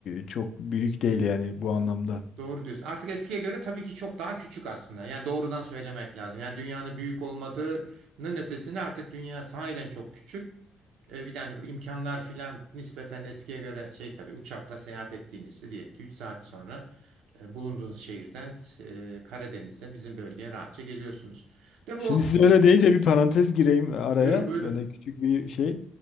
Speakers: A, on the left; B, on the right.
A: çok büyük değil yani bu anlamda.
B: Doğru diyorsun. Artık eskiye göre tabii ki çok daha küçük aslında. Yani doğrudan söylemek lazım. Yani dünyanın büyük olmadığının ötesinde artık dünya sahiden çok küçük. Ee, bir tane bu imkanlar filan nispeten eskiye göre şey tabii uçakla seyahat ettiğinizde diyelim ki 3 saat sonra e, bulunduğunuz şehirden e, Karadeniz'de bizim bölgeye rahatça geliyorsunuz. De
A: Şimdi
B: bu,
A: siz
B: bu-
A: öyle deyince bir parantez gireyim araya.
B: buyurun buyurun.
A: Böyle küçük bir şey.